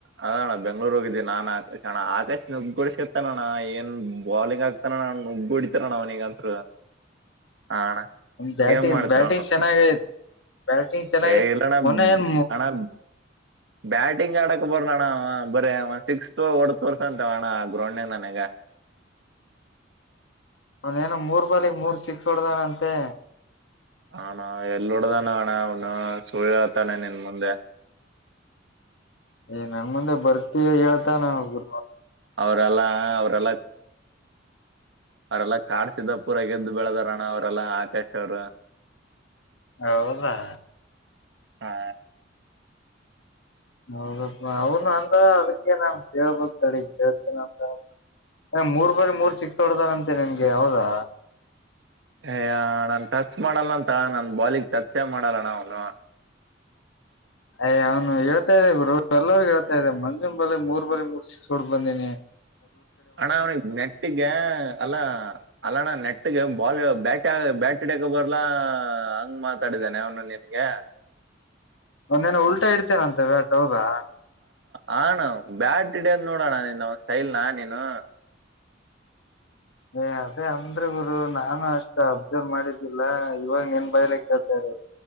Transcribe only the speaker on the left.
ಬ್ಯಾಟಿಂಗ್
ಬ್ಯಾಟಿಂಗ್ ಚೆನ್ನಾಗೈತ್ ಬ್ಯಾಟಿಂಗ್ ಚೆನ್ನಾಗಿ
ಮೊನ್ನೆ ಏನ್
ಅವನ್ೇನ ಮೂರ್ ಬಾಲಗ್ ಮೂರ್ ಸಿಕ್ಸ್ ಹೊಡ್ದಾನಂತೆ
ಏ ನನ್ ಮುಂದೆ ಬರ್ತಿ ಹೇಳ್ತಾನ ಗು
ಹೌದಾ
ಹೌದಪ್ಪ ಅವನು ಅಂದ ಅದಕ್ಕೆ ನಾನ್ ಕೇಳ್ಬಕ್ತಳ ಕೇಳ್ತನ ಅಂತ ಹ ಮೂರ್ ಬಾರಿ ಮೂರ್ ಸಿಕ್ಸ್ ಹೊಡ್ದಾನಂತೆ ನಿನ್ಗೆ ಹೌದಾ
ಅಯ ಅವ್ನು ಹೇಳ್ತಾ ಇದ್ದ ಗು ಎಲ್ಲಗ ಹೇಳ್ತಾದೆ ಮಂಜಿನ ಬಳಿ ಮೂರ್ ಬಳ ಮೂರು ಸಿಿ ಸೋಡ್ ಬಂದಿನಿ
ಒನ್ನೇನ ಉಲ್ಟಾ ಇಡ್ತೇನೆ ಅಂತೆ ಬ್ಯಾಟ್ ಹೌದಾ
ಏ ಅದೇ ಅಂದ್ರೆ ಗುರು ನಾನು ಅಷ್ಟು ಅಬ್ಸರ್ವ್ ಮಾಡಿದ್ದಿಲ್ಲ ಇವಾಗ ಏನ್ ಬಯಲಕ್ ಕೇತಾರರು